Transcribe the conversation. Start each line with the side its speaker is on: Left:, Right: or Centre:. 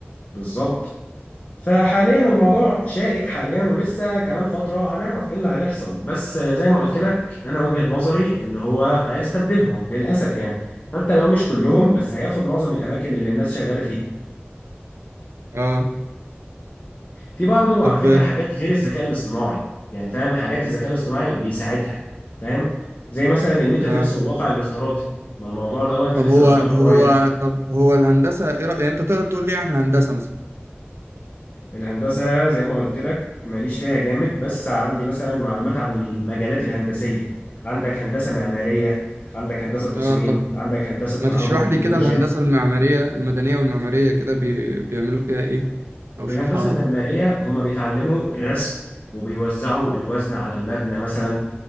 Left: بالظبط فحاليا الموضوع شائك حاليا ولسه كمان فترة هنعرف ايه اللي هيحصل بس زي ما قلت لك انا وجهة نظري ان هو هيستبدلهم للأسف يعني حتى لو مش كلهم بس هياخد معظم الأماكن اللي الناس شغالة فيها
Right: اه
Left: في برضه
Right: طب
Left: على فكرة حاجات غير الذكاء الاصطناعي يعني فاهم حاجات الذكاء الاصطناعي بيساعدها فاهم زي مثلا الميتافيرس
Right: آه.
Left: والواقع الافتراضي ما الموضوع دوت
Right: طب
Left: لسه
Right: هو
Left: مفتوح
Right: هو
Left: قريب
Right: طب هو الهندسة إيه رأيك يعني أنت تقدر تقول لي عن هندسة مثلا
Left: الهندسة زي ما قلت لك ماليش فيها جامد بس عندي مثلا معلومات عن المجالات الهندسية عندك هندسة معمارية عندك هندسة تصميم
Right: اه طب
Left: عندك هندسة
Right: ما
Left: كهرباء
Right: تشرح
Left: وتكنولوجيا
Right: لي كده الهندسة المعمارية المدنية والمعمارية كده بي... بيعملوا فيها إيه او اشرحها
Left: الهندسة
Right: لي
Left: المعمارية هما بيتعلموا الرسم وبيوزعوا الوزن على المبنى مثلا